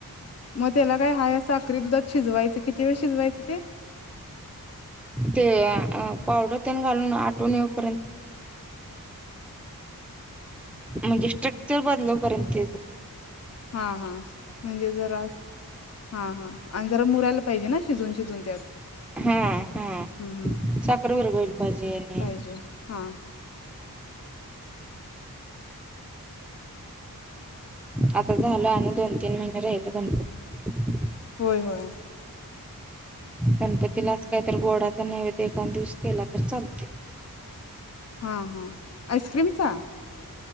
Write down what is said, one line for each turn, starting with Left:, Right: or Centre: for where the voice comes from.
Left: मग त्याला काय हाया साखरी दुधात शिजवायचं किती वेळ शिजवायचं ते.
Centre: ते आ पावडर त्यान घालून आटुन येऊपर्यंत म्हणजे स्ट्रक्चर बदलोपर्यंत
Left: हा हा म्हणजे जरा हा हा आणि जरा मुरायला पाहिजे ना शिजवून, शिजवून त्यात.
Centre: हा, हा,
Left: हम्म हम्म
Centre: साखर विरघळली पाहिजे आणि
Left: पाहिजे हा
Centre: आता झालं आणि दोन तीन महिने राहिल गणपती.
Left: होय, होय.
Centre: गणपतीला असं काय तर गोडाचा नैवेद एक-दोन दिवस केला तर चालते.
Left: हा हा आईस्क्रीमचा